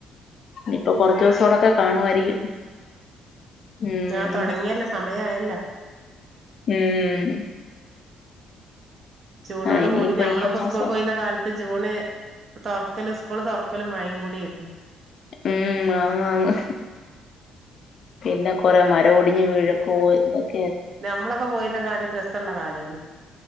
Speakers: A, on the left; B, on the right.
A: ഇനിയിപ്പൊ കൊറച്ച് ദിവസോടൊക്കെ കാണുവായിരിക്കും ഉം
B: ആഹ് തുടങ്ങിയല്ലേ സമയം ആയല്ലോ
A: ഉം
B: ജൂണോട്
A: ആഹ് ഇനിയിപ്പ
B: കൂടി ഞമ്മളൊക്കെ
A: ഈ മാസം
B: സ്കൂൾക്ക് പോയിരുന്ന കാല് പ്പ് ജൂണ് തൊർക്കല് സ്കൂള് തൊർക്കല് മഴയും കൂടിയായിരുന്നു
A: ഉം ആന്ന് ആന്ന് പിന്നെ കൊറെ മരം ഒടിഞ്ഞ് വീഴും ക്കോ അതൊക്കെയായി
B: ഞമ്മളൊക്കെ പോയിരുന്ന കാലം രസള്ള കാലയേന്ന്